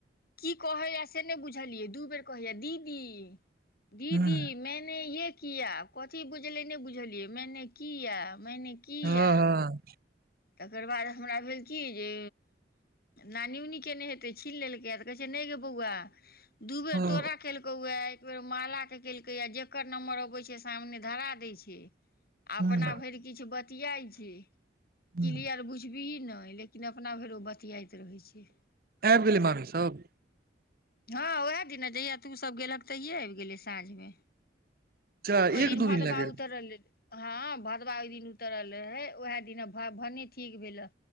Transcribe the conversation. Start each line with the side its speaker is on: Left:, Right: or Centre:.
Left: की कहैया से नहि बुझलियै दू बेर कहैया दीदी दीदी
Right: हूँ
Left: मैनें ये किया कथी बुझलय नहि बुझलियै मैनें किया मैनें किया
Right: हँ हँ
Left: तकर बाद हमरा भेल की जे नानी उनी केने हेतै छीन लेलकै कहय छै नहि गेबौआ दू बेर
Right: हँ
Left: तोरा केलकौए एक बेर माला के केलकैए या जेकर नंम्बर अबय छै से सामने धरा देय छै आ
Right: हूँ
Left: अपना भरि किछ बतियाइ छै
Right: हूँ
Left: क्लियर बुझबिभी नहि लेकिन अपना भरि ओ बतियाइत रहैत छै
Right: आबि गेलै मामीसब
Left: हँ ओएह दिना जहिया तू सब गेलहक तहियए आबि गेलहे साँझमे
Right: अच्छा
Left: ओहि
Right: एक
Left: दिन
Right: दू
Left: भातबा
Right: लगेल
Left: उतरले हँ भदवा ओहि दिन उतरल रहे उएह दिन भ भने ठीक भेल ह